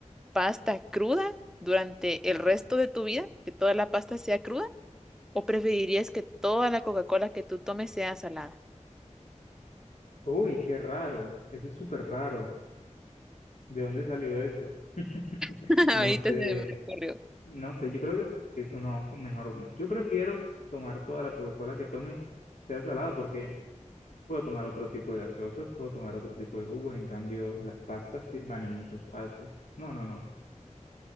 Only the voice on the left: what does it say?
Uy, qué raro, eso es súper raro. ¿De dónde salió eso? <laughs>
No
sé,
no sé, yo creo que, que- no, mejor, yo prefiero tomar toda la Coca-Cola que tome, sea salada, porque puedo tomar otro tipo de gaseosas, puedo tomar otro tipo de jugos, en cambio las pastas sí van en muchas partes. No, no, no.